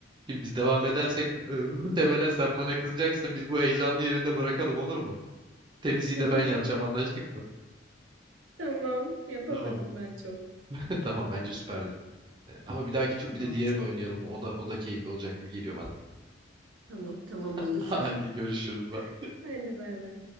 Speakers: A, on the right; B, on the right.
A: Şimdi biz devam edersek e, <laughs> muhtemelen sen bana kızacaksın. Biz bu heyecanlı yerinde bırakalım olur mu? Temizliği
B: <laughs>
A: de ben yapacağım anlaştık mı?
B: Tamam yapamadım
A: Tamam.
B: ben çok.
A: <laughs> Tamam bence süperdin. Ee, Ama bir dahaki
B: Sağ
A: tur
B: ol.
A: bir de diğerini oynayalım. O da o da keyifli olacak gibi geliyor bana.
B: Tamam tamam
A: <laughs>
B: olur.
A: Hadi görüşürüz. Bye.
B: <laughs> Hadi bay bay.